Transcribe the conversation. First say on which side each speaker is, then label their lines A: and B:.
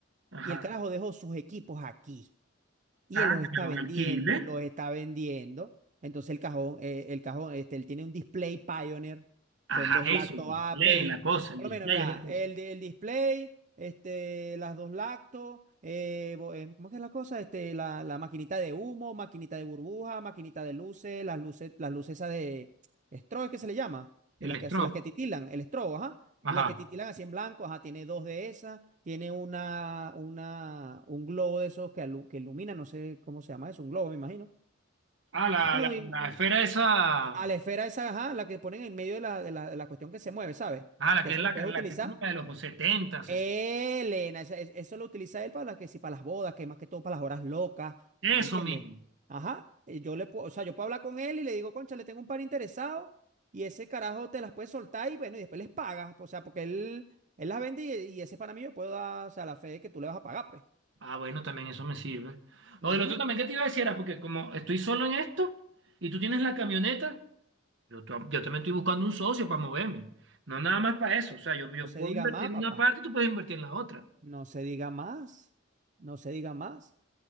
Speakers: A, on the right; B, on the right.
A: ajá.
B: Y el carajo dejó sus equipos aquí y
A: Ah,
B: él los
A: que
B: está
A: me
B: vendiendo,
A: los alquile.
B: los está vendiendo. Entonces el cajón, eh, el cajón, este, él tiene un display Pioneer,
A: Ajá,
B: son dos
A: eso,
B: lactos
A: el display,
B: Apple,
A: la cosa, el
B: por
A: display,
B: lo menos, mira,
A: la cosa.
B: el, de- el display, este, las dos lactos, eh, bo- eh, ¿cómo es que es la cosa? Este, la, la maquinita de humo, maquinita de burbuja, maquinita de luces, las luces, las luces esas de strobo, es que se le llama,
A: El
B: que las que,
A: strobe.
B: hace- las que titilan, el strobo, ajá,
A: Ajá.
B: en las que titilan así en blanco, ajá, tiene dos de esas, tiene una, una, un globo de esos que, alu- que ilumina, no sé cómo se llama eso, un globo, me imagino.
A: Ah, la,
B: Mano,
A: la,
B: y,
A: la
B: y
A: esfera esa.
B: a la esfera esa, ajá, la que ponen en medio de la, de la, de la cuestión que se mueve, ¿sabes?
A: Ah, la
B: Que
A: que
B: eso
A: es la,
B: lo puedes
A: la
B: utilizar.
A: que es como la de los 70, 60.
B: Elena, esa- es- eso lo utiliza él para las que sí, para las bodas, que más que todo para las horas locas,
A: Eso
B: ¿me entiendes?
A: mismo.
B: Ajá, y yo le puedo, o sea, yo puedo hablar con él y le digo, concha, le tengo un par interesado y ese carajo te las puede soltar y bueno, y después les pagas, o sea, porque él, él las vende y, y ese para mí yo puedo dar, o sea, la fe de que tú le vas a pagar, pues.
A: Ah, bueno, también eso me sirve. Lo
B: Ujú.
A: del otro también que te iba a decir era porque como estoy solo en esto y tú tienes la camioneta, yo, ta- yo también estoy buscando un socio para moverme. No nada más para eso. O sea, yo, yo
B: No se
A: puedo
B: diga
A: invertir
B: más, papá.
A: en una parte y tú puedes invertir en la otra.
B: No se diga más. No se diga más.